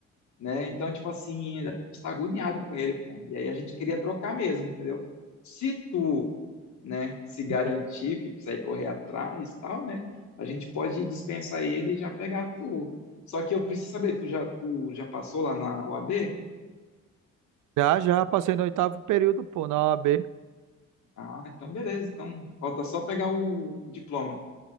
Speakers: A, on the left (about 70°); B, on the right (about 85°).
A: né? Então, tipo assim, a gente tá agoniado com ele, pô. E aí a gente queria trocar mesmo, entendeu? Se tu, né, se garantir
B: Uhum.
A: que consegue correr atrás e tal, né? A gente pode dispensar ele e já pegar tu. Só que eu preciso saber, tu já, tu já passou lá na UAB?
B: Já, já passei no oitavo período, pô, na OAB.
A: Ah, então beleza. Então, falta só pegar o, o diploma.